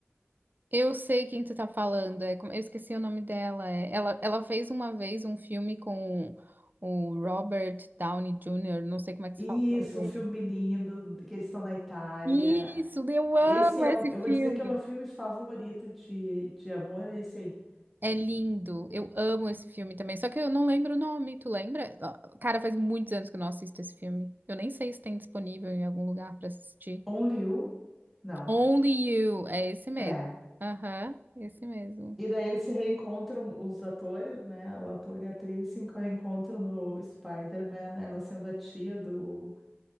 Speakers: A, on the right; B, in the centre.
A: Eu sei quem tu tá falando, é, como- eu esqueci o nome dela. é, ela, ela fez uma vez um filme com o Robert Downey Jr., não sei como é que se
B: Isso,
A: fala o nome
B: um filme
A: dele.
B: lindo, que eles estão na Itália.
A: Isso, eu amo
B: Esse é
A: esse
B: o, eu
A: filme.
B: vou dizer que é o meu filme favorito de, de amor, é esse aí.
A: É lindo, eu amo esse filme também, só que eu não lembro o nome, tu lembra? Ó, Cara, faz muitos anos que eu não assisto esse filme. Eu nem sei se tem disponível em algum lugar pra assistir.
B: Only You? Não.
A: Only You, é esse mesmo.
B: É.
A: Aham, esse mesmo.
B: E daí eles se reencontram, os atores, né? O ator e a atriz se reencontram no Spider-Man, ela sendo a tia do,